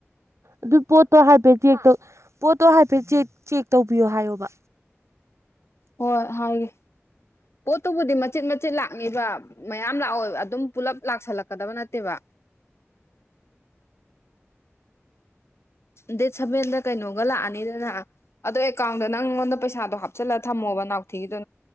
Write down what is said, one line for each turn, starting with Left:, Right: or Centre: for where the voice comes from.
Right: ꯑꯗꯨ ꯄꯣꯠꯇꯣ ꯍꯥꯏꯐꯦꯗꯤ ꯍꯦꯛꯇ ꯄꯣꯠꯇꯣ ꯍꯥꯏꯐꯦꯠ ꯆꯦꯛ ꯇꯧꯕꯤꯌꯣ ꯍꯥꯏꯌꯣꯕ
Left: ꯍꯣꯏ ꯍꯥꯏꯒꯦ- ꯄꯣꯠꯇꯨꯕꯨꯗꯤ ꯃꯆꯤꯟꯠ ꯃꯆꯤꯠ ꯂꯥꯛꯅꯤꯕ ꯃꯌꯥꯝ ꯂꯥꯛꯑꯣ ꯑꯗꯨꯝ ꯄꯨꯜꯂꯞ ꯂꯥꯛꯁꯜꯂꯛꯀꯗꯕ ꯅꯠꯇꯦꯕ
Right: <inaudible>
Left: ꯗꯥꯇꯦ ꯁꯥꯕꯦꯟꯗ ꯀꯩꯅꯣꯒꯥ ꯂꯥꯛꯑꯅꯤꯗꯅ ꯑꯗꯣ ꯑꯦꯀꯥꯎꯟꯗ ꯅꯪꯉꯣꯟꯗ ꯄꯩꯁꯥꯗꯣ ꯍꯥꯞꯆꯤꯜꯂ ꯊꯝꯃꯣꯕ ꯅꯥꯎꯊꯤꯒꯤꯗꯣ